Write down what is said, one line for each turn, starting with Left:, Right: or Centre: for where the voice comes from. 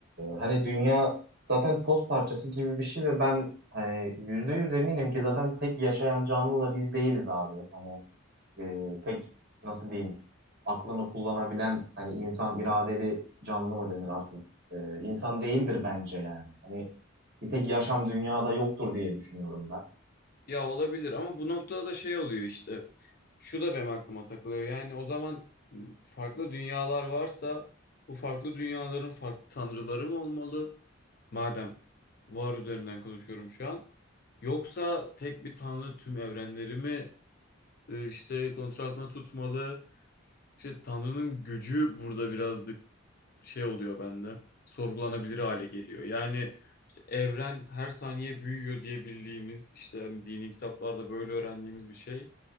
Right: hani dünya zaten toz parçası gibi bir şey ve ben hani yüzde yüz eminim ki zaten tek yaşayan canlı da biz değiliz abi. Hani e, tek nasıl diyeyim aklını kullanabilen hani insan iradeli canlı mı denir artık? E, insan değildir bence yani. Hani bir tek yaşam dünyada yoktur diye düşünüyorum ben.
Left: Ya olabilir ama bu noktada da şey oluyor işte. Şu da benim aklıma takılıyor. Yani o zaman farklı dünyalar varsa bu farklı dünyaların farklı tanrıları mı olmalı? Madem var üzerinden konuşuyorum şu an. Yoksa tek bir tanrı tüm evrenleri mi e, işte kontrol altında tutmalı? İşte tanrının gücü burada birazcık şey oluyor bende. Sorgulanabilir hale geliyor. Yani işte evren her saniye büyüyor diye bildiğimiz işte hani dini kitaplarda böyle öğrendiğimiz bir şey